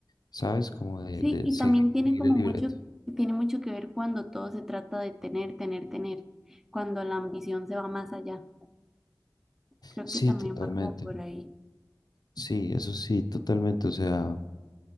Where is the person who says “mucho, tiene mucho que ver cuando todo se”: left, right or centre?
Centre